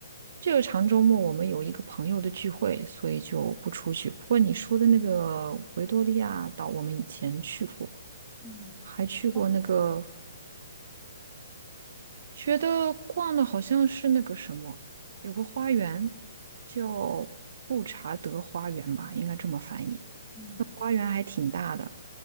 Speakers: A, on the right; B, in the centre.
A: 这个长周末我们有一个朋友的聚会，所以就不出去。不过你说的那个维多利亚岛，我们以前去过，
B: 嗯，
A: 还去过那个
B: 你觉得好玩儿吗？
A: 觉得逛的好像是那个什么，有个花园叫布查德花园吧，应该这么翻译。
B: 嗯，
A: 那花园还挺大的，